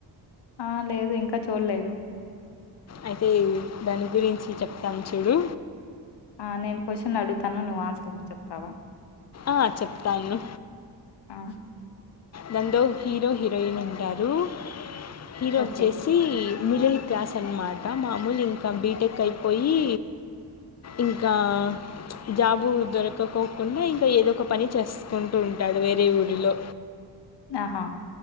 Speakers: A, on the left; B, on the left.
A: ఆ లేదు ఇంకా చూడలేదు
B: అయితే దాని గురించి చెప్తాను చూడు
A: ఆ నేను క్వశ్చన్ అడుగుతాను నువ్వు ఆన్సర్ చెప్తావా
B: ఆ చెప్తాను
A: ఆ!
B: దానిలో హీరో హీరోయిన్ ఉంటారు హీరో
A: ఓకే.
B: వచ్చేసి మిడిల్ క్లాస్ అనమాట మామూలు ఇంకా బీటెక్ అయిపోయి ఇంకా జాబు దొరకకోకుండా ఇం ఏదో ఒక పని చేసుకుంటూ ఉంటాడు వేరే ఊరిలో
A: ఆహా